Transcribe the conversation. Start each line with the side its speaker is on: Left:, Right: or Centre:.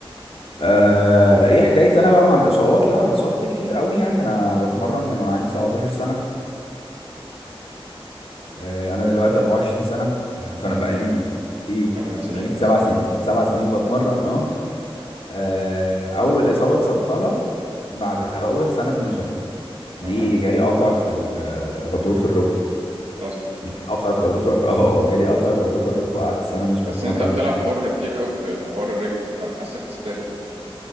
Left: آه، ايه حكايتي انا بقى مع الاصابات لا انا اتصبت كتير قوي يعني انا بتمرن من وانا عندي 17 سنه آه، انا دلوقتي 24 سنه ف- فانا بقى لي كتير
Right: 8
Left: بقى
Right: سنين
Left: لي سبع
Right: مثلا
Left: سنين سبع سنين بتمرن اه آه، اول اصابه اتصبتها بعد اول سنه من الجيم
Right: تمام
Left: دي جالي قطع في ال- غضروف الركبه
Right: اصلا
Left: جالي قطع في غضروف اه اه جالي قطع في غضروف الركبه قعدت سنه مش
Right: بس
Left: بتمرن
Right: انت بتلعب
Left: وكده
Right: حر كتير قوي في في حوار الرجل فانا حاسك تستاهل يعني